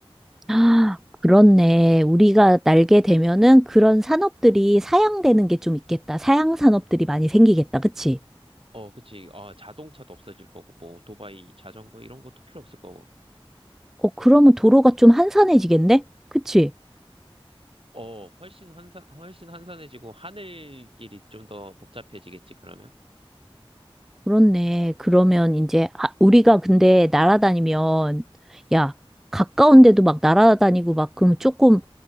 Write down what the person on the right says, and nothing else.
어, 그치. 아, 자동차도 없어질 거고, 뭐, 오토바이, 자전거, 이런 것도 필요 없을 거고.
어, 훨씬 환산, 훨씬 환산해지고 하늘길이 좀 더 복잡해지겠지, 그러면?